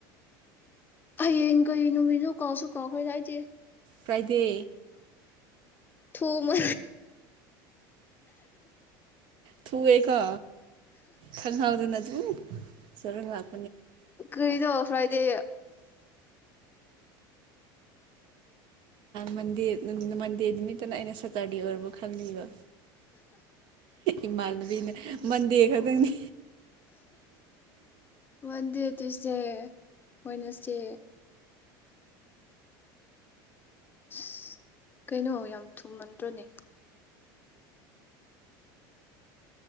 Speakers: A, on the left (about 20°); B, on the right (about 50°).
A: ꯍꯌꯦꯡ ꯀꯔꯤ ꯅꯨꯃꯤꯠꯅꯣ ꯀꯥꯎꯁꯨ ꯀꯥꯎ ꯑꯩꯈꯣꯏꯗꯥ ꯍꯥꯏꯏꯗꯤꯦ
B: ꯄ꯭ꯔꯥꯏꯗꯦ
A: ꯊꯣꯡꯃ
B: ꯊꯨꯑꯦꯀꯣ ꯈꯪꯍꯥꯎꯗ ꯅ ꯑꯗꯨꯕꯨ ꯁꯔ ꯂꯥꯛ
A: ꯀꯔꯤꯗꯣ ꯐ꯭ꯔꯥꯏꯗꯦ
B: ꯃꯟꯗꯤꯦ ꯃꯟꯗꯤꯦ ꯅꯨꯃꯤꯠꯇꯅ ꯑꯩꯅ ꯁꯇꯥꯔꯗꯦ ꯑꯣꯏꯔꯔꯕꯣ ꯈꯜꯂꯤꯕ ꯏꯃꯥꯟꯕꯤꯅ ꯃꯟꯗꯦ ꯈ ꯑꯗꯨꯅꯤ
A: ꯃꯗ ꯇꯁꯦ ꯑꯣꯏꯅꯁꯦ ꯑꯁ ꯀꯩꯅꯣ ꯌꯥꯝ ꯊꯨꯝꯃꯟꯗ꯭ꯔꯣꯅꯦ